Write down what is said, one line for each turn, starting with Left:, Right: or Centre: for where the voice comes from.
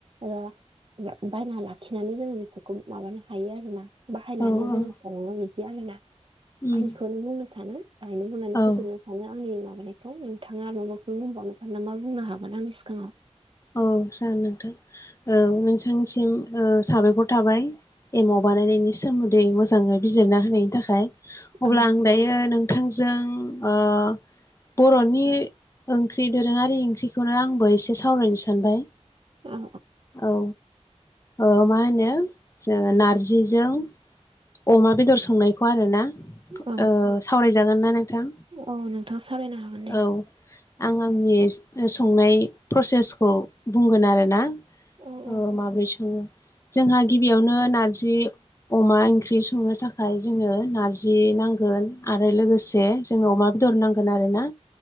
Right: एबा बायना लाखिनानै जोङो बेफोरखौ माबानो हायो आरोना बाहायनानै
Left: औ औ
Right: जोङो सङो बिदि आरोना
Left: उम
Right: नो बुंनो सानो बाहायनो बुंनानै फोजोबनो
Left: औ
Right: आनो आंनि माबानायखौ नोंथाङा माबाखौ बुंबावनो सानदोंबा बुंनो हागोन आंनि सिगाङाव
Left: औ जागोन नोंथां औ नोंथांनिसिम साबायखर थाबाय। एमाव बानायनायनि सोमोन्दै मोजाङै बिजिरना होनायनि थाखाय
Right: औ
Left: अब्ला आं दायो नों थांजों ओ बरनि ओंख्रि दोरोङारि ओंख्रिखौनो आंबो एसे सावरायनोसै- सानबाय
Right: औ
Left: औ ओ मा होनो जो नारजिजों अमा बेदर संनायखौ आरो ना
Right: औ
Left: ओ सावरायजागोन ना नोंथां
Right: औ औ नोंथां सावरायनो हागोन दे
Left: औ आं आंनि संनाय प्रसेसखौ बुंगोन आरोना
Right: औ औ
Left: ओ माब्रै सङो जोंहा गिबियावनो नारजि अमा ओंख्रि ओंख्रि संनो थाखाय जोङो नारजि नांगोन आरो लोगोसे जों अमा दरनांगोन आरो ना